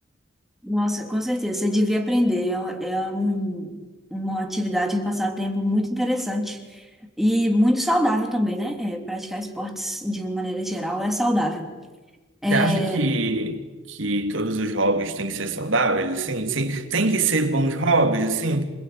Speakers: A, in the centre; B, on the right.
A: Nossa, com certeza, você devia aprender. É, um, é um- uma atividade, um passatempo muito interessante e muito saudável também, né? É, praticar esportes de uma maneira geral é saudável. É,
B: Você acha que, que todos os hobbies têm que ser saudáveis, assim? Sim, tem que ser bons hobbies, assim?